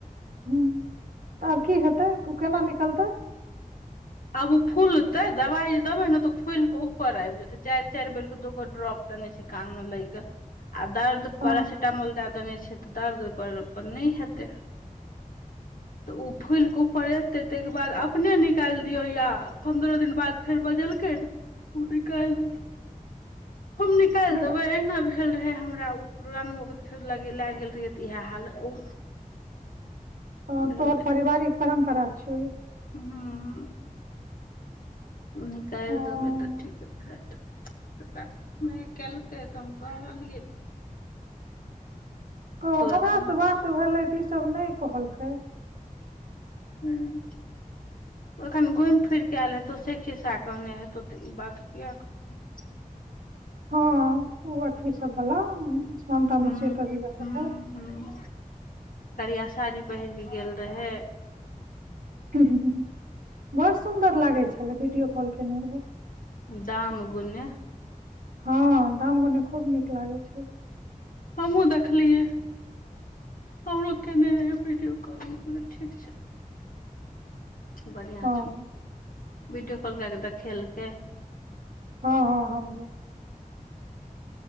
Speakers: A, on the right; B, on the left.
A: हुँ तऽ आब की हेतय ओ केना निकलतै
B: आब ओ फूलतै दवाइ जे देबे ने तऽ फूलिकऽ ऊपर आबि जेतय चारि चारि बेर केँ दूगो ड्रॉप देेल कान मे दयलै दर्द
A: हँ
B: पारासीटामोल दय देने छै तऽ दर्द ओहिपर नहि हेतै तऽ ओ फुल कऽ ऊपर एतय ताहि द्वारे अपने निकालि दियौ या पन्द्रह दिन बाद फेर बजैलकैय उ निकाल दैतय हम निकालि
A: नहि
B: देबै
A: तऽ
B: अहिना भेल रहे हमरा उ पुरान फेर लग लए गेल रहियै तऽ इएह हाल ओ
A: हँ
B: भेल
A: तोहर
B: रहै
A: परिवारिक परम्परा छियौ इ
B: हूँ निकालि
A: हँ
B: देबैय तऽ ठीके भए जेतै त त केलकय तऽ हम कहलिय
A: कह हमरा
B: एखन
A: त बात तऽ भेलै ई सभ नहि कहलकै
B: हुँ एखन घुमि फिरि कऽ आयल हेतौ से खिस्सा कहने हेतौ तऽ ई बात किए करतौ
A: <inaudible> हँ ओठी सब
B: हूँ
A: भला उ मानता
B: हूँ
A: मौसी ओतह जे गेल रहेय
B: हूँ करिया साड़ी पहिर कऽ गेल रहय
A: हुँ हुँ बड़ सुन्दर लागैत छलैक वीडियो कॉल केयने रहय
B: दामगुने
A: हँ दाम गुने खूब नीक लागैत छै
B: हमहूँ देखलियै हमरो कने रहय वीडियो कॉल ठीक छै बढ़िआँ
A: हाँ,
B: छौ वीडियो कॉल कए कऽ देखेलकै
A: हँ हँ हम